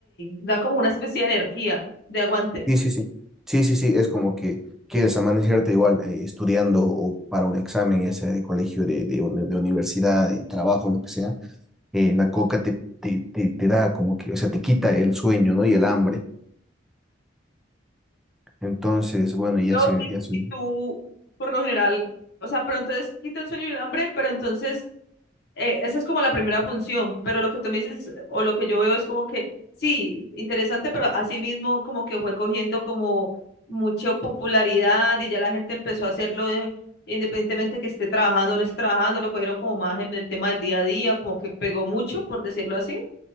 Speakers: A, on the left; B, in the centre.
A: da como una especie de energía, de aguante.
B: Sí, sí, sí. Sí, sí, sí. Es como que quieres amanecerte igual eh, estudiando o para un examen, ya sea de colegio, de, de, uni- de universidad, de trabajo, lo que sea. eh, la coca te, te, te, te da como que, o sea, te quita el sueño, ¿no? Y el hambre. Entonces, bueno, ya
A: Lo,
B: se,
A: y,
B: ya se,
A: y tú, por lo general, o sea, pero entonces quita el sueño y el hambre, pero entonces... eh, esa es como la primera función, pero lo que tú me dices es- o lo que yo veo es como que sí, interesante, pero asimismo como que fue cogiendo como mucha popularidad y ya la gente empezó a hacerlo eh, independientemente que esté trabajando o no esté trabajando, lo cogieron como más en el tema del día a día, como que pegó mucho, por decirlo así.